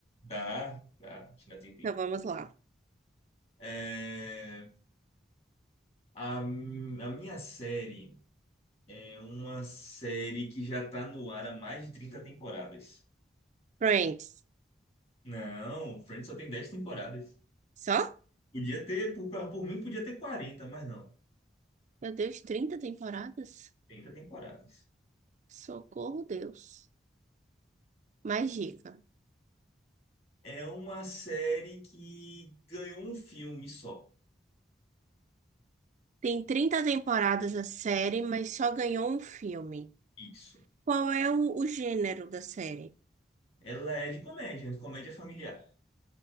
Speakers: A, on the left; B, on the right.
A: Tá, tá, ainda tem tempo.
B: Então vamos lá.
A: É, a, a minha série é uma série que já tá no ar há mais de 30 temporadas.
B: Friends.
A: Não, Friends só tem 10 temporadas.
B: Só?
A: Podia ter, por, por mim, podia ter 40 mas não.
B: Meu Deus, 30 temporadas?
A: trinta temporadas.
B: Socorro, Deus. Mais dica.
A: É uma série que ganhou um filme só.
B: Tem trinta temporadas a série, mas só ganhou um filme.
A: Isso.
B: Qual é o, o gênero da série?
A: Ela é de comédia, comédia familiar.